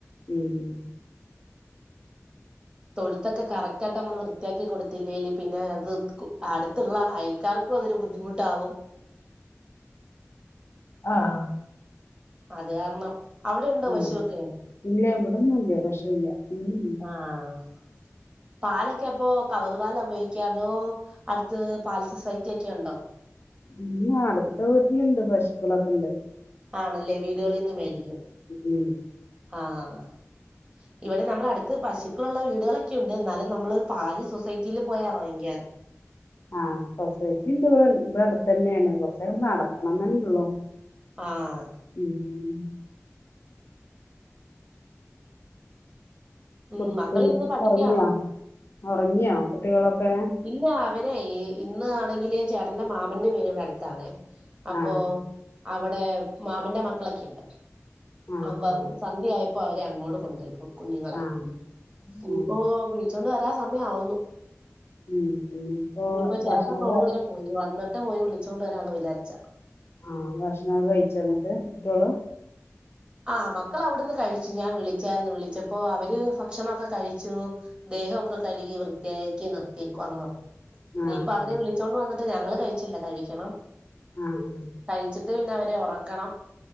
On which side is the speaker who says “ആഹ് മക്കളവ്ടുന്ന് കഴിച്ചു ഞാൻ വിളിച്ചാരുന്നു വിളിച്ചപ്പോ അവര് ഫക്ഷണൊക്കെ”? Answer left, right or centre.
Right